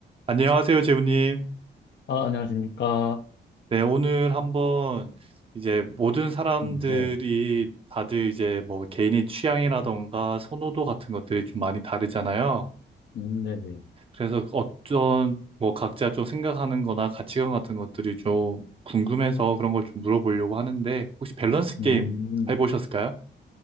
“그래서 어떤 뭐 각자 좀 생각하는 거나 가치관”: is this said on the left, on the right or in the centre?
Right